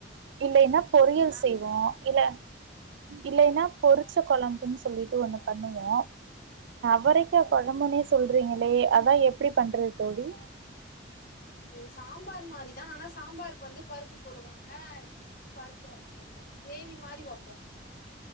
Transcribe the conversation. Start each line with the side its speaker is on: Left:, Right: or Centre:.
Right: இல்லயினா பொரியல்
Left: நா
Right: செய்வோ இல்ல இல்லைன்னா பொறிச்ச குழம்புன்னு சொல்லிட்டு ஒண்ணு பண்ணுவோ புதுசா குழம்புனே
Left: இது
Right: சொல்றீங்களே அதா எப்புடி பண்றது தோழி
Left: அது சாம்பார் மாறி தா ஆனா சாம்பாருக்கு வந்து பருப்பு போடுவாங்க இதுக்கு வந்து பருப்பு போட மாட்டாங்க கிரேவி மாறி வைப்போ